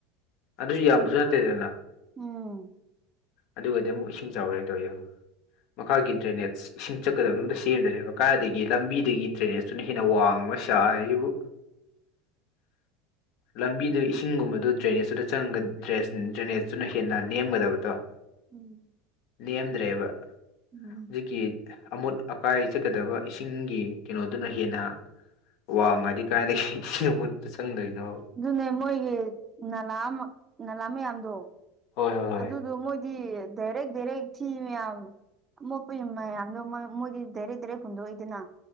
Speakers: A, on the left (about 60°); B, on the right (about 25°).
A: ꯑꯗꯨꯏ ꯌꯥꯝꯕꯁꯨ ꯅꯠꯇꯦꯗꯅ
B: ꯎꯝ
A: ꯑꯗꯨꯒꯗꯤ ꯑꯃꯨꯛ ꯏꯁꯤꯡ ꯆꯥꯎꯔꯦ ꯇꯧꯔꯤꯖꯦ ꯌꯦꯡꯉꯣ ꯃꯈꯥꯒꯤ ꯗ꯭ꯔꯦꯅꯦꯖ ꯏꯁꯤꯡ ꯆꯠꯀꯗꯕꯗꯨ ꯑꯝꯇ ꯁꯦꯝꯗꯔꯦꯕ ꯀꯥꯏꯗꯒꯤ ꯂꯝꯕꯤꯗꯒꯤ ꯗ꯭ꯔꯦꯅꯦꯖꯇꯨꯅ ꯍꯦꯟꯅ ꯋꯥꯡꯕ ꯆꯔꯤꯁꯤꯕꯨ
B: <inaudible>
A: ꯂꯝꯕꯤꯗ ꯏꯁꯤꯡꯒꯨꯝꯕꯗ ꯗ꯭ꯔꯦꯅꯦꯖꯇꯨꯗꯠ ꯗ꯭ꯔꯦꯅꯦꯖꯇꯨꯅ ꯍꯦꯟꯅ ꯅꯦꯝꯒꯗꯕꯗꯣ
B: ꯎꯝ
A: ꯅꯦꯝꯗ꯭ꯔꯦꯕ
B: ꯎꯝ
A: ꯍꯧꯖꯤꯛꯀꯤ ꯑꯃꯣꯠ ꯑꯀꯥꯏ ꯆꯠꯀꯗꯕ ꯏꯁꯤꯡꯒꯤ ꯀꯩꯅꯣꯗꯨꯅ ꯍꯦꯟꯅ ꯋꯥꯉꯥꯗꯤ ꯀꯗꯥꯏꯗꯒꯤ ꯏꯁꯤꯡ ꯃꯨꯠꯄꯗ ꯆꯪꯗꯣꯏꯅꯣꯕ
B: ꯑꯗꯨꯅꯦ ꯃꯣꯏꯒꯤ ꯂꯥ ꯅꯅꯥꯂꯥ ꯃꯌꯥꯝꯗꯣ
A: ꯍꯣꯏ ꯍꯣꯏ ꯍꯣꯏ
B: ꯑꯗꯨꯗꯣ ꯃꯣꯏꯗꯤ ꯗꯥꯏꯔꯦꯛ ꯗꯥꯏꯔꯦꯛ ꯊꯤ ꯃꯌꯥꯝ ꯃꯄ ꯌꯥꯝꯗꯣ ꯃꯣꯏ ꯦꯔꯦ ꯗꯦꯔ ꯍꯟꯗꯣꯣꯏꯗꯅ